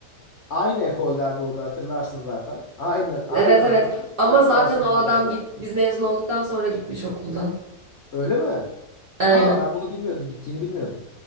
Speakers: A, on the left; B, on the right.
A: aynı ekolden de o da hatırlarsın zaten. Aynı aynı
B: Evet evet.
A: adamın farklı
B: Ama zaten
A: versiyonuydu
B: o adam
A: resmen.
B: git biz mezun olduktan sonra gitmiş okuldan.
A: Öyle mi?
B: Aynen.
A: Aa ben bunu bilmiyordum. Gittiğini bilmiyordum.